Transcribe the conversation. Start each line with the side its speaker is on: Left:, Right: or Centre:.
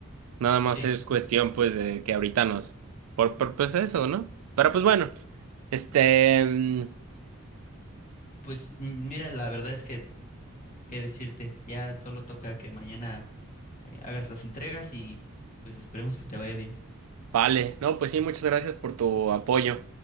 Right: Nada más
Left: Sí,
Right: es cuestión pues de que ahorita nos... Por, por pues eso, ¿no? Pero pues bueno. Este... mm,
Left: pues mm, mira, la verdad es que, qué decirte, ya solo toca que mañana eh, hagas las entregas y pues esperemos que te vaya bien.
Right: Vale, no, pues sí, muchas gracias por tu apoyo.